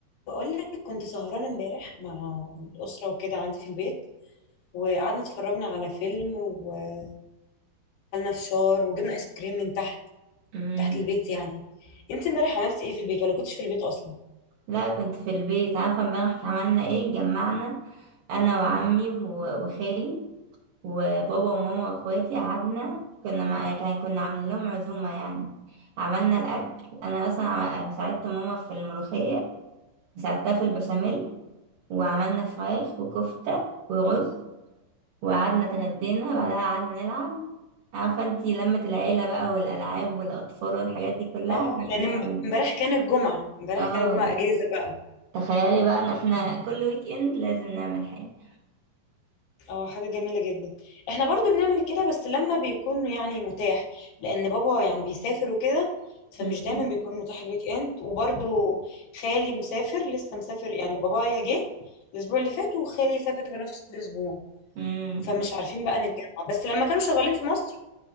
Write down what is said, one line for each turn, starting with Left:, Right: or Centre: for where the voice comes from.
Left: بقول لك كنت سهرانة امبارح مع الأسرة وكده عندي في البيت وقعدنا اتفرجنا على فيلم وأكلنا فشار وجبنا آيس كريم من تحت
Right: مم.
Left: تحت البيت يعني انت امبارح عملتي ايه في البيت ولا كنتش في البيت أصلا؟
Right: لا كنت في البيت عارفة امبارح عملنا ايه جمعنا انا وعمي و- وخالي وبابا وماما واخواتي قعدنا كنا مع... كان- كنا عاملين لهم عزومة يعني عملنا الاكل انا اصلا ع- ساعدت ماما في الملوخية ساعدتها في البشاميل وعملنا فراخ وكفتة ورز وقعدنا اتغدينا بعدها قعدنا نلعب عارفة انتي لمة العيلة بقى والألعاب والأطفال والحاجات دي كلها
Left: اه
Right: احنا
Left: لأن
Right: قعدنا
Left: امب-
Right: نعمل
Left: امبارح
Right: كده
Left: كان الجمعة امبارح
Right: اه
Left: كان الجمعة أجازة بقى
Right: تخيلي بقى ان احنا كل ويك اند لازم نعمل حاجة
Left: اه حاجة جميلة جدا احنا برضو بنعمل كده بس لما بيكون يعني متاح لان بابا يعني بيسافر وكده فمش
Right: مم.
Left: دايما بيكون متاح الويك اند وبرضو خالي مسافر لسه مسافر يعني بابايا جه الاسبوع اللي فات وخالي سافر في نفس الاسبوع
Right: امم
Left: فمش عارفين بقى نتجمع بس لما كانوا شغالين في مصر